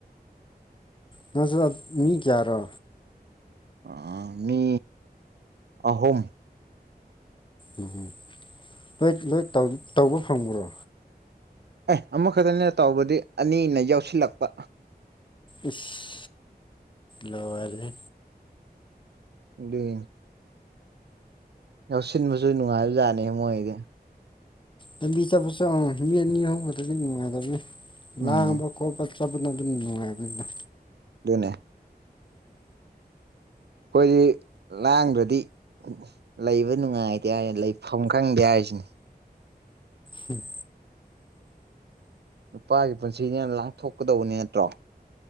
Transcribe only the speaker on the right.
ꯑꯥ ꯃꯤ ꯑꯍꯨꯝ
ꯑꯦ ꯑꯃꯈꯛꯇꯅ ꯇꯧꯕꯗꯤ ꯑꯅꯤꯅ ꯌꯥꯎꯁꯤꯜꯂꯛꯄ
ꯑ <unintelligible> ꯌꯥꯎꯁꯤꯟꯕꯁꯨ ꯅꯨꯡꯉꯥꯏꯕ ꯖꯥꯠꯅꯤ ꯃꯣꯏꯗꯤ
ꯎꯝ
ꯑꯗꯨꯅꯦ ꯑꯩꯈꯣꯏꯒꯤ ꯂꯥꯡꯗ꯭ꯔꯗꯤ ꯂꯩꯕ ꯅꯨꯡꯉꯥꯏꯇꯦ ꯍꯥꯏꯔꯦ ꯂꯩꯐꯝ ꯈꯪꯗꯦ ꯍꯥꯏꯔꯤꯁꯤꯅꯦ
ꯅꯨꯄꯥꯒꯤ ꯄꯨꯟꯁꯤꯅꯤꯅ ꯂꯥꯡꯊꯣꯛꯀꯗꯧꯕꯅꯤ ꯅꯠꯇ꯭ꯔꯣ